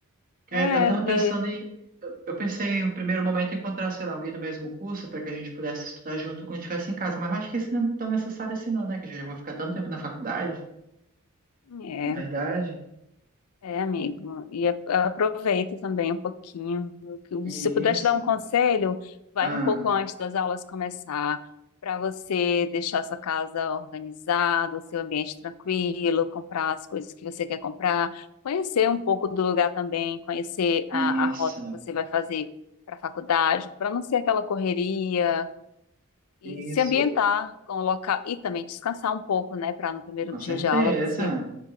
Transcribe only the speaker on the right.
Que
Eu tava pensando
em. Eu eu pensei em um primeiro momento em encontrar, sei lá, alguém do mesmo curso para que a gente pudesse estudar junto quando estivesse em casa, mas eu acho que isso não é tão necessário assim, não, né? Que eu já vou ficar tanto tempo na faculdade,
na verdade.
Isso.
Ah.
Isso,
isso,
com
certeza.